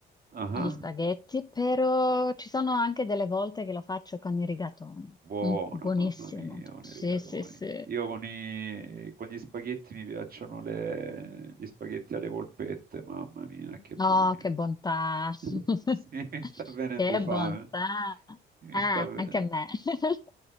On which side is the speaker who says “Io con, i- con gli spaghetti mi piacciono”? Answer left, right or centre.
Right